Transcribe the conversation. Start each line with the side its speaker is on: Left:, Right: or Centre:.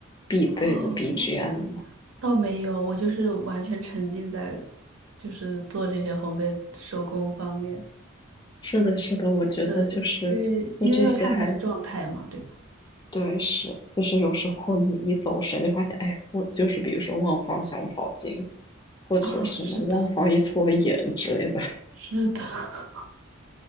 Left: 必备的
Right: 哦，
Left: BGM 吗？
Right: 倒没有，我就是完全沉浸在就是做这些烘焙手工方面。
Left: 是的，是的，我觉得就是做这些还
Right: 对，因为因为要看他的状态嘛，对吧？
Left: 对，是就是有时候你一走神就发现，哎，我就是比如说忘放香草精，或者什么忘放一撮盐之类的，
Right: 啊、是的，是的。